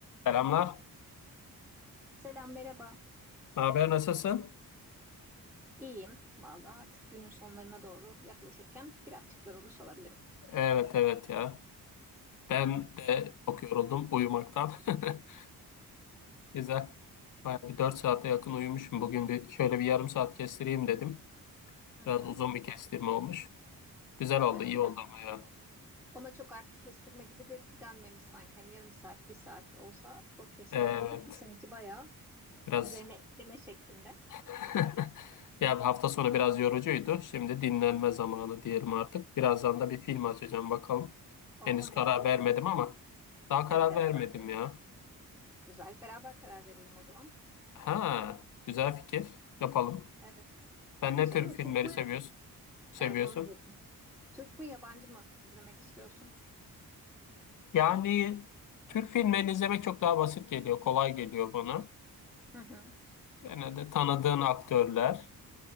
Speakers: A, on the left (about 60°); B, in the centre.
A: Selamlar.
B: Selam, merhaba.
A: Ne haber, nasılsın?
B: İyiyim. Vallahi artık günün sonlarına doğru yaklaşırken birazcık yorulmuş olabilirim.
A: Evet evet ya. Ben de çok yoruldum uyumaktan. <laughs> Güzel. Bayağı bir 4 saate yakın uyumuşum. Bugün bir şöyle bir yarım saat kestireyim dedim.
B: Hı
A: Biraz
B: hı.
A: uzun bir kestirme olmuş. Güzel oldu,
B: Evet,
A: iyi
B: biraz.
A: oldu ama ya.
B: Ona çok artık kestirme gibi de denmemiş sanki. Yani yarım saat, bir saat olsa o kestirme
A: Evet.
B: olur mu? Seninki bayağı
A: Biraz
B: üzerine ekleme şeklinde.
A: <laughs> ya bir hafta sonu biraz yorucuydu. Şimdi dinlenme zamanı diyelim artık. Birazdan da bir film açacağım bakalım.
B: Oo,
A: Henüz karar
B: ne izleyeceksin?
A: vermedim ama daha
B: Ha,
A: karar
B: karar
A: vermedim
B: vermedim.
A: ya.
B: Güzel. Beraber karar verelim o zaman.
A: Ha, güzel fikir. Yapalım.
B: Evet.
A: Sen ne
B: Şey
A: tür
B: mi,
A: filmleri
B: Türk mü?
A: seviyorsun? Seviyorsun?
B: Evet, onu diyecektim. Türk mü, yabancı mı izlemek istiyorsun?
A: Yani Türk filmlerini izlemek çok daha basit geliyor, kolay geliyor bana.
B: Hı hı.
A: Genelde tanıdığın aktörler.